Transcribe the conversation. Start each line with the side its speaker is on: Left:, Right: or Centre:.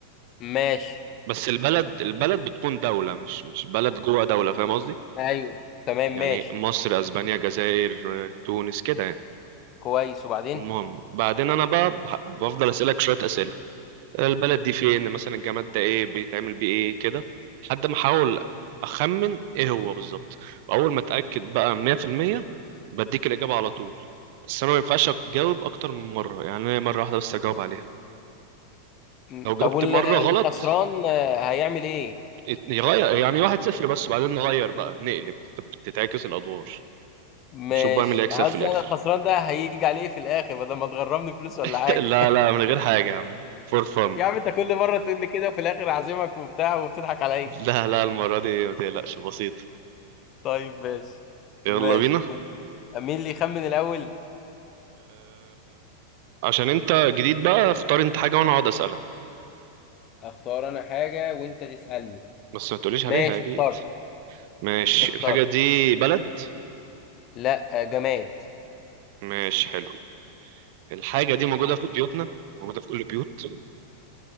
Left: ماشي
Right: بس البلد البلد بتكون دوله مش مش بلد جوه دوله فاهم قصدي
Left: ايوه تمام
Right: يعني
Left: ماشي
Right: مصر اسبانيا جزائر آه، تونس كده يعني.
Left: كويس وبعدين
Right: المهم بعدين انا بقى بح- بفضل اسالك شويه اسئله البلد دي فين مثلا الجماد ده ايه بيتعمل بيه ايه كده لحد ما احاول اخمن ايه هو بالظبط واول ما اتاكد بقى 100% بديك الاجابه على طول بس انا ما ينفعش اجاوب اكتر من مره يعني أنا مره واحده بس اجاوب عليها
Left: م،
Right: لو جبت
Left: طب وال-
Right: مره
Left: الخسران
Right: غلط
Left: آه، هيعمل ايه
Right: ات- يغير يعني واحد صفر بس بعدين نغير بقى نقلب تت- تتعكس الادوار
Left: ماشي
Right: نشوف بقى مين اللي هيكسب
Left: قصدي
Right: في الاخر
Left: انا الخسران ده هيجي عليه في الاخر بدل ما تغرمني فلوس ولا
Right: <laughs>
Left: حاجه
Right: لا لا من غير حاجه يا عم فور فن
Left: <laughs> يا عم انت كل مره تقول لي كده وفي الاخر اعزمك وبتاع وبتضحك عليا
Right: لا لا المرة دي ما تقلقش بسيط
Left: طيب ماشي ماشي
Right: يلا بينا
Left: مين اللي يخمن الأول؟
Right: عشان انت جديد بقى اختار انت حاجة وانا اقعد اسألك
Left: اختار انا حاجة وانت تسألني
Right: بس ما تقوليش
Left: ماشي
Right: عليها اكيد
Left: اخترت
Right: ماشي
Left: اخترت
Right: الحاجة دي بلد
Left: لا آه، جماد
Right: ماشي حلو الحاجة دي موجودة في بيوتنا موجودة في كل البيوت